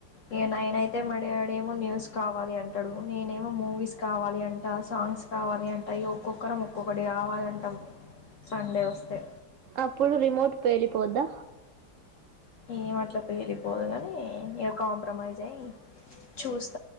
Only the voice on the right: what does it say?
అప్పుడు రిమోట్ పేలిపోద్దా